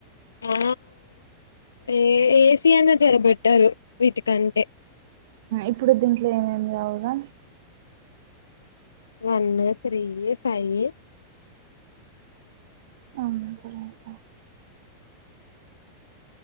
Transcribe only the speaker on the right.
ఇప్పుడు దీంట్లో ఏమేమి రావుగా
అవును సర స